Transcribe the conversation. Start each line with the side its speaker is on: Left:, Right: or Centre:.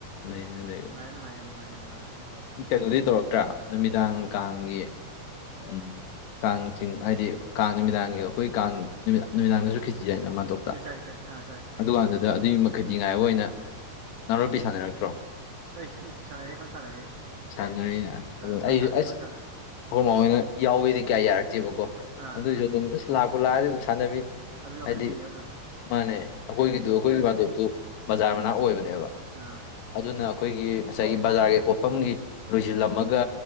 Left: ꯂꯩꯕꯅꯤ ꯂꯩꯕꯅꯤ꯫
Right: ꯑꯁ ꯅꯨꯡꯉꯥꯏꯕ ꯅꯨꯡꯉꯥꯏ ꯌꯥꯝ ꯅꯨꯡꯉꯥ ꯌꯥꯝ ꯅꯨꯡꯉꯥꯏꯕꯅꯦ ꯑꯗꯨꯏ ꯄꯣꯠꯇꯣ꯫
Left: ꯀꯩꯅꯣꯗꯤ ꯇꯧꯔꯛꯇ꯭ꯔꯥ ꯅꯨꯃꯤꯗꯥꯡ ꯀꯥꯡꯒꯤ ꯎꯝ ꯀꯥꯡ ꯆꯤꯡ ꯍꯥꯏꯗꯤ ꯀꯥꯡ ꯅꯨꯃꯤꯗꯥꯡꯒꯤ ꯑꯩꯈꯣꯏ ꯀꯥꯡ ꯅꯨꯃꯤꯗꯥꯡ ꯅꯨꯃꯤꯗꯥꯡꯗꯁꯨ ꯈꯤꯆꯤ ꯆꯥꯏꯅ ꯑꯃ ꯇꫭꯞ
Right: ꯂꫭꯏ ꯆꯥꯏ ꯆꯥꯏ ꯑꯥ ꯆꯥꯏ꯫
Left: ꯑꯗꯨꯀꯥꯟꯗꯨꯗ ꯑꯗꯨꯒꯤ ꯃꯈꯩ ꯈꯦꯆꯤ ꯉꯥꯏꯕ ꯑꯣꯏꯅ ꯅꯥꯔꯣꯄꯤ ꯁꯥꯟꯅꯔꯛꯇ꯭ꯔꯣ꯫
Right: ꯑꯩꯁ ꯏꯛ ꯁꯥꯟꯅꯔꯦ ꯐꯖꯅ ꯁꯥꯟꯅꯔꯦ꯫
Left: ꯁꯥꯟꯅꯔꯤꯅ
Right: ꯑꯥ
Left: ꯑꯗꯨ
Right: ꯐꯖ
Left: ꯑꯩꯁꯨ
Right: ꯁꯥꯟꯅꯔꯦ
Left: ꯑꯁ
Right: ꯐꯖ ꯁꯥꯟꯅꯔꯦ
Left: ꯑꯈꯣꯏ ꯃꯥ ꯍꯣꯏꯅ ꯌꯥꯎꯒꯦꯗꯤ ꯀꯌꯥ ꯌꯥꯔꯛꯇꯦꯕꯀꯣ
Right: ꯑꯥ
Left: ꯑꯗꯨꯑꯣꯏꯁꯨ
Right: ꯑꯥ
Left: ꯑꯗꯨꯝ ꯑꯁ ꯂꯥꯛꯄꯨ ꯂꯥꯛꯑꯗꯤ ꯑꯗꯨꯝ ꯁꯥꯟꯅꯕꯤꯅꯤ꯫
Right: ꯑꯗꯨꯝ ꯌꯥꯎꯁꯟꯕꯤꯅꯦꯕ
Left: ꯍꯥꯏꯗꯤ
Right: ꯑꯗꯨꯝ꯫
Left: ꯃꯥꯅꯦ ꯑꯩꯈꯣꯏꯒꯤꯗꯨ ꯑꯩꯈꯣꯏꯒꯤ ꯄꯥꯟꯊꯣꯞꯇꯨ ꯕꯖꯥꯔ ꯃꯅꯥꯛ ꯑꯣꯏꯕꯅꯦꯕ꯫
Right: ꯑꯥ꯫
Left: ꯑꯗꯨꯅ ꯑꯩꯈꯣꯏꯒꯤ ꯉꯁꯥꯏꯒꯤ ꯕꯖꯥꯔꯒꯤ ꯄꯣ ꯐꯝꯒꯤ ꯂꯣꯏꯖꯤꯜꯂꯝꯃꯒ